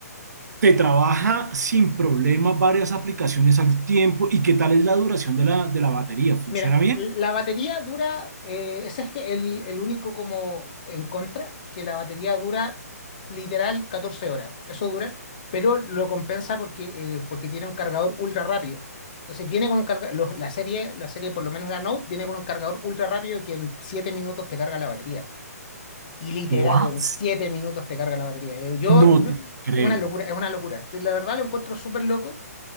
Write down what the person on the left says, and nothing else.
Mira,
la batería dura, eh, ese es que el, el único como en contra, que la batería dura literal 14 horas, eso dura, pero lo compensa porque, eh, porque tiene un cargador ultra rápido. Entonces viene con un cargador, la serie, la serie, por lo menos la Note, viene con un cargador ultra rápido que en 7 minutos te carga la batería. Y literal,
en 7 minutos te carga la batería. Eh, Yo,
yo-
es una locura, es una locura. Yo la verdad lo encuentro súper loco.